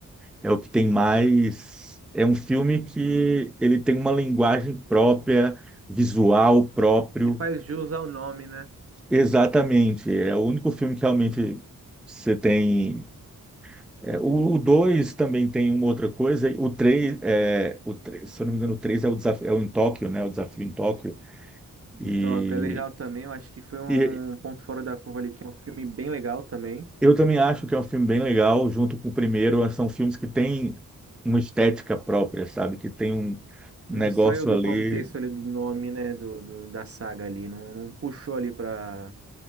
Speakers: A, in the centre; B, on the right.
A: é o que tem mais. É um filme que ele tem uma linguagem própria, visual próprio.
B: ele faz jus ao nome, né?
A: Exatamente. É o único filme que realmente você tem. é, o 2 também tem uma outra coisa. O 3 é, o três- se eu não me engano, o 3 é o desafio, é o em Tóquio, né? O desafio em Tóquio. E,
B: Em Tóquio é legal também, eu acho que foi um
A: e
B: ponto fora da curva ali, que é um filme bem legal também.
A: eu também acho que é um filme bem legal, junto com o primeiro. é, São filmes que têm uma estética própria, sabe? Que tem um negócio
B: Não saiu do
A: ali.
B: contexto ali do nome, né, do, do- da saga ali, não, não puxou ali pra...